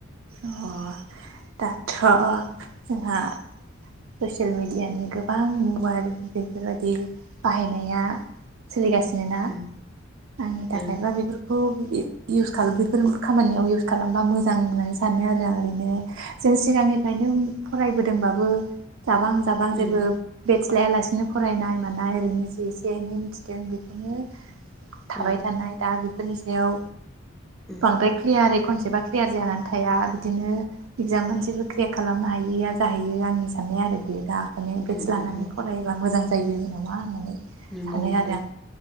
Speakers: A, on the right; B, in the centre.
A: अ दााथ' जोंहा ससियेल मिडियानि गोबां मबाइल बेफोरबायाददि बाहायनाया सोलिगासिनो ना
B: उम
A: आंनि थाखायबा
B: ओं
A: बेफोरखौ बि इउस बेफोर खामानियाव इउस खालामबा मोजां होननानै सानो आरो आं ओरैनो जों सिगांनिफ्रायनो फरायबोदोंबाबो जाबां जाबां
B: उम
A: जेबो बेस लायालासिनो फरायनाय मा ना ओरैनो जे एसे एनै मिथिदों बेखौनो थाबाय
B: उम
A: थानाय दा बे फोरनि सायाव
B: उम
A: बांद्राय फोया आरो कनसेपया क्लियार जानानै थाया बिदिनो इगजाम मोनसेबो क्लिक खालामनो हायैया जाहैयो आंनि साननाय आरो बेयो दा ओंखायनो बेटस
B: उम उम
A: लानानै
B: उम
A: फरायायोब्लाा मोजां जायो। नामा होननानै
B: नंगौ
A: सानो
B: नंगौ
A: आरो आं